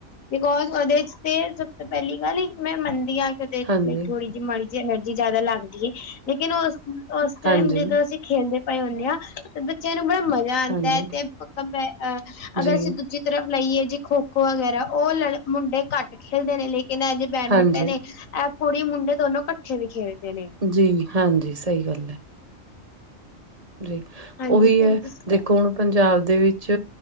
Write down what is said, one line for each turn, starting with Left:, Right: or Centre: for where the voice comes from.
Left: ਬਿਕੋਜ ਓਦੇ ਵਿਚ ਤੇ ਸਭ ਤੋਂ ਪੈਲੀ ਗੱਲ ਇੱਕ ਮੈਂ ਮੰਨਦੀ ਆਂ ਦੇਖਦੇ ਆ
Right: ਹਾਂਜੀ
Left: ਥੋੜੀ ਜੀ ਮਾੜੀ ਜੀ ਐਨਰਜੀ ਜਾਦਾ ਲੱਗ ਗਈ ਏ, ਲੇਕਿਨ ਓਸ-ਓਸ ਟਾਈਮ
Right: ਹਾਂਜੀ,
Left: ਜਦੋਂ ਅਸੀਂ ਖੇਲਦੇ ਪਏ ਹੁੰਣੇ ਆ ਤੇ ਬੱਚਿਆਂ ਨੂੰ ਬੜਾ ਮ ਜਾਂ ਆਂਦਾ
Right: ਹਾਂਜੀ,
Left: ਹੈ ਤੇ <unintelligible> ਅ ਅਗਰ
Right: ਜੀ,
Left: ਅਸੀਂ ਦੂਜੀੇ ਤਰਫ ਲਈਏ ਜੇ ਖੋ-ਖੋ ਵਗੈਰਾ ਓ ਲੜ ਮੁੰਡੇ ਕਟ ਖੇਲਦੇ ਨੇ ਲੇਕਿਨ ਐ ਜਿ ਬੈਡਮਿੰਟਨ
Right: ਹਾਂਜੀ,
Left: ਏ, ਐ ਕੁੜੀ, ਮੁੰਡੇ ਦੋਨੋ ਕੱਠੇ ਵੀ ਖੇਡਦੇ ਨੇ।
Right: ਜੀ ਹਾਂਜੀ, ਸਈ ਗੱਲ ਐ। ਜੀ,
Left: ਹਾਂਜੀ
Right: ਓ ਵੀ
Left: ਹਾਂਜੀ
Right: ਹੈ। ਦੇਖੋ ਹੁਣ ਪੰਜਾਬ ਦੇ ਵਿੱਚ